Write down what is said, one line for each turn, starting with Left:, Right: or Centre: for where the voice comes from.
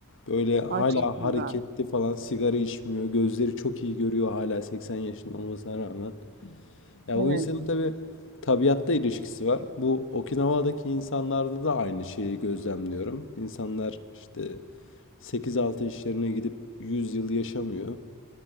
Left: Böyle hala
Right: Ay çok güzel.
Left: hareketli falan sigara içmiyor. Gözleri çok iyi görüyor hala 80 yaşında olmasına rağmen. Ya
Right: Evet.
Left: o insanın tabii tabiatta ilişkisi var. Bu Okinawa'daki insanlarda da aynı şeyi gözlemliyorum. İnsanlar işte sekiz altı işlerine gidip 100 yıl yaşamıyor.